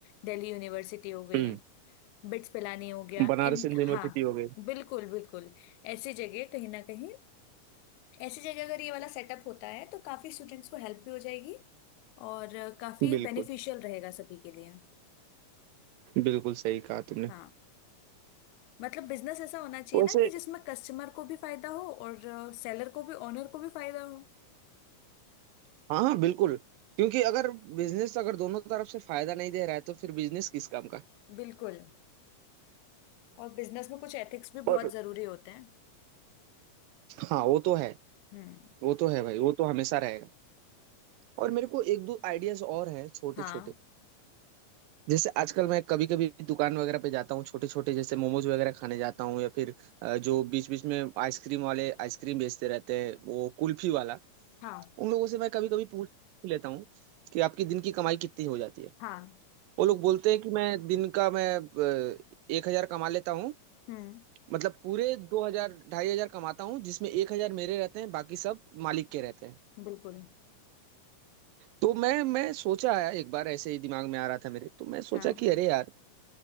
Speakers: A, on the left (about 85°); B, on the right (about 85°).
A: दिल्ली यूनिवर्सिटी हो गई
B: हम्म
A: बिट्स पिलानी हो गया
B: बनारस
A: इन
B: हिंदू
A: हाँ
B: यूनिवर्सिटी हो गई
A: बिल्कुल बिल्कुल ऐसी जगह कहीं ना कहीं ऐसी जगह अगर ये वाला सेटअप होता है तो काफी स्टूडेंट्स को हेल्प भी हो जाएगी और अ, काफी
B: बिल्कुल
A: बेनिफिशियल रहेगा सभी के लिए
B: बिल्कुल सही कहा तुमने
A: हाँ मतलब बिजनेस ऐसा होना चाहिए
B: वैसे
A: ना कि जिसमें कस्टमर को भी फायदा हो और सेलर को भी ओनर को भी फायदा हो
B: हाँ हाँ बिल्कुल क्योंकि अगर बिजनेस अगर दोनों तरफ से फायदा नहीं दे रहा है तो फिर बिजनेस किस काम का
A: बिल्कुल और बिजनेस में कुछ एथिक्स भी
B: और
A: बहुत जरूरी होते हैं
B: हाँ वो तो है
A: हम्म
B: वो तो है भाई वो तो हमेशा रहेगा और मेरे को एक दो आइडियाज और हैं छोटे
A: हाँ
B: छोटे जैसे आजकल मैं कभी कभी दुकान वगैरह पे जाता हूँ छोटे छोटे जैसे मोमोज वगैरह खाने जाता हूँ या फिर अ, जो बीच बीच में आइसक्रीम वाले आइसक्रीम बेचते रहते हैं वो कुल्फी वाला
A: हाँ
B: उन लोगों से मैं कभी कभी पूछ लेता हूँ कि आपकी दिन की कमाई कितनी हो जाती है
A: हाँ
B: वो लोग बोलते हैं कि मैं दिन का मैं एक हजार कमा लेता हूँ
A: हम्म
B: मतलब पूरे दो हजार ढाई हजार कमाता हूँ जिसमें एक हजार मेरे रहते हैं बाकी सब मालिक के रहते हैं
A: बिल्कुल
B: तो मैं मैं सोचा आया एक बार ऐसे ही दिमाग में आ रहा था मेरे तो मैं सोचा
A: हाँ
B: कि अरे यार